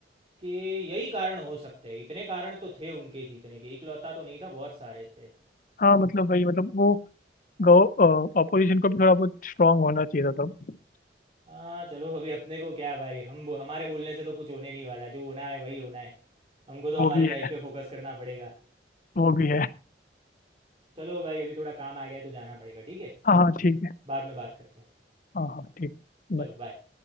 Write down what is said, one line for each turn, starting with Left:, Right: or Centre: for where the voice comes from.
Right: कि यही कारण हो सकते हैं इतने कारण तो थे उनके जीतने के इकलौता तो नहीं था बहुत सारे थे
Left: हाँ मतलब वही मतलब वो गौ अपोजिशन को भी थोड़ा बहुत स्ट्रांग होना चाहिए था तब
Right: हाँ चलो अभी अपने को क्या भाई हम बो- हमारे बोलने से तो कुछ होने नहीं वाला जो होना है वही होना है हमको तो हमारी
Left: वो भी
Right: लाइफ
Left: है
Right: पे फोकस करना पड़ेगा
Left: वो भी है
Right: चलो भाई अभी थोड़ा काम आ गया है तो जाना पड़ेगा ठीक है
Left: हाँ हाँ ठीक है
Right: बाद में बात करते हैं
Left: हाँ हाँ ठीक है
Right: चलो
Left: Bye.
Right: बाय